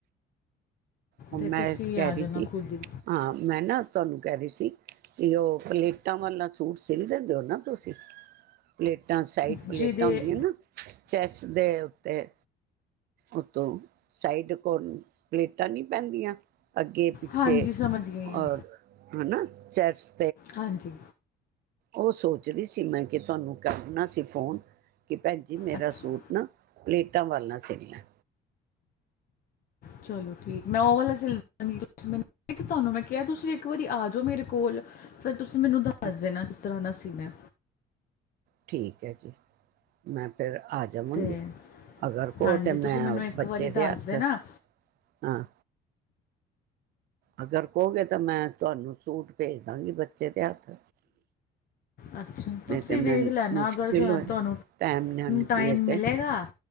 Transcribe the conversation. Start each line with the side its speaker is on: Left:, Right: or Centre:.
Right: ਹੁਣ
Left: ਤੇ
Right: ਮੈਂ
Left: ਤੁਸੀਂ
Right: ਐਤ ਕਹਿ
Left: ਆ ਜਾਣਾ
Right: ਰੀ ਸੀ
Left: ਖੁਦ ਹੀ
Right: ਹਾਂ ਮੈਂ ਨਾ ਤੁਆਨੂੰ ਕੈ ਰੀ ਸੀ ਕਿ ਔ ਪਲੇਟਾਂ ਵਾਲਾ ਸੂਟ ਸਿੱਲ ਦਿੰਦੇ ਔ ਨਾ ਤੁਸੀਂ? ਪਲੇਟਾਂ ਸਾਈਡ ਪਲੇਟਾਂ
Left: ਜਿਹਦੇ
Right: ਹੁੰਦੀਆਂ ਨਾ, ਚੈਸ ਦੇ ਉੱਤੇ ਉਤੋਂ ਸਾਈਡ ਕੋਲ ਪਲੇਟਾਂ ਨਈ ਪੈਂਦੀਆਂ ਅੱਗੇ ਪਿੱਛੇ
Left: ਹਾਂਜੀ ਸਮਝ ਗਈ ਹਾਂ
Right: ਔਰ ਹੈਨਾ ਚੈਸ
Left: ਹਾਂਜੀ।
Right: ਔ ਸੋਚ ਰੀ ਸੀ ਮੈਂ ਕਿ ਤੁਆਨੂੰ ਕਰਨਾ ਸੀ ਫੋਨ ਕਿ ਭੈਣਜੀ ਮੇਰਾ
Left: ਅੱਛਾ
Right: ਸੂਟ ਨਾ ਪਲੇਟਾਂ ਵਾਲਾ ਸਿਲਨੈ।
Left: ਚਲੋ ਠੀਕ। ਮੈਂ ਔ ਵਾਲਾ ਸਿਲਾਦਾਂਗੀ <unintelligible> ਤੁਸੀ ਮੈਨੂੰ ਤੁਆਨੂੰ ਮੈਂ ਕਿਹਾ ਤੁਸੀਂ ਇੱਕ ਵਾਰੀ ਆ ਜਾਓ ਮੇਰੇ ਕੋਲ ਫਿਰ ਤੁਸੀ ਮੈਨੂੰ ਦੱਸ
Right: ਅੱਛਾ
Left: ਦੇਨਾ ਕਿਸ ਤਰ੍ਹਾਂ ਦਾ ਸਿ ਲਨੈ।
Right: ਠੀਕ ਐ ਜੀ। ਮੈਂ ਫਿਰ ਆ ਜਾਵਗੀ
Left: ਤੇ
Right: ਅਗਰ ਕਔ
Left: ਹਾਂਜੀ
Right: ਤਾਂ ਮੈਂ
Left: ਤੁਸੀਂ ਮੈਨੂੰ ਇੱਕ
Right: ਬੱਚੇ
Left: ਵਾਰੀ
Right: ਦੇ
Left: ਦੱਸ
Right: ਹੱਥ,
Left: ਦੇਣਾ
Right: ਹਾਂ ਅਗਰ ਕਔਗੇ ਤੇ ਮੈਂ ਤੁਆਨੂੰ ਸੂਟ ਭੇਜ ਦਾਂਗੀ ਬੱਚੇ ਦੇ ਹੱਥ।
Left: ਅੱਛਾ
Right: ਨਹੀਂ
Left: ਤਾਂ ਤੁਸੀਂ
Right: ਤੇ ਮੈਨੂੰ
Left: ਵੇਖ ਲੈਣਾ
Right: ਮੁਸ਼ਕਿਲ
Left: ਅਗਰ ਜੋ ਹੈ
Right: ਹੋਏ
Left: ਤੁਆਨੂੰ
Right: ਟਾਈਮ ਨਾ ਨਿਕਲੇ
Left: ਟਾਈਮ
Right: ਤੇ
Left: ਮਿਲੇਗਾ,